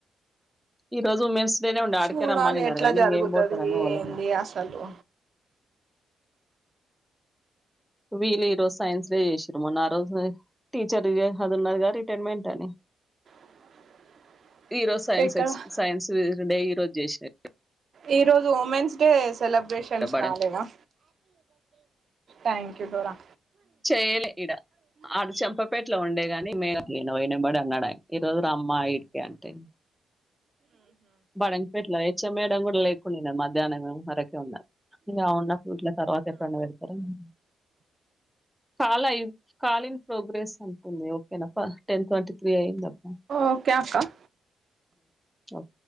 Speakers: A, in the centre; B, on the right.
A: ఈ రోజు మెస్ ఇంట్లనే ఉండ ఆడికే
B: చూడాలి
A: రమ్మనీ అన్నారు
B: ఎట్లా
A: కానీ
B: జరుగుతది
A: ఇంకేం పోతారని పోలే
B: ఏంది అసలు
A: వీళ్ళ ఈ రోజు సైన్స్ డే చేసిరు తరుమన్న రోజు టీచర్ అది ఉన్నదిగా రిటైర్మెంట్ అని
B: <inaudible>
A: ఈ రోజు సైన్స్
B: ఎక్కడ
A: ఎక్ సైన్స్ డే ఈ రోజు చేసారు
B: ఈ రోజు ఉమెన్స్ డే సెలబ్రేషన్స్
A: బడం
B: కాలేదా థ్యాంక్ యూ డోరా
A: చేయలే ఇడా ఆడ చెంపపేటలో ఉండేగాని మేన ఈయన పోయిన ఎమ్మడే అన్నాడాయానా ఈ రోజు అమ్మా ఇడికే అంటే బడంపేట్లో హెచ్ఎం మేడమ్ కూడా లేకుండే మధ్యాహ్నం వరకే ఉన్నా ఇంకా ఉన్నప్పుడు యిట్ల తర్వాత ఎప్పుడైనా పెడతారేమో చాలా అయి కాలిన్ ప్రోగ్రెస్ అంటుంది ఓకేనా ప్ర టెన్ ట్వంటీ త్రీ అయింది అబ్బా
B: ఓకే అక్క
A: ఓకే